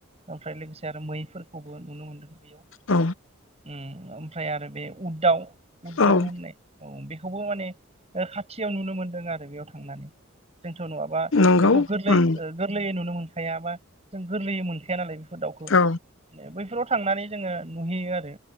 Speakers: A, on the right; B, on the left.
A: ओमफ्राय लोगोसे आरो मैफोरखौबो नुनो मोनदों बैयाव
B: औ
A: उ ओमफ्राय आरो बे उद दाव उद
B: औ
A: दाव होननाय औ बेखौबो माने ओ खाथियाव नुनो मोनदों आरो बेयाव थांनानै जोंथ' नङाबा
B: नंगौ
A: बेखौ गोरलै
B: उम
A: ओ गोरलैयै नुनो मोनखाया बा जों गोरलैयै मोनखाया नालाय बिफोर दाउखौ माने
B: औ
A: बैफोराव थांनानै जोङो नुहैयो आरो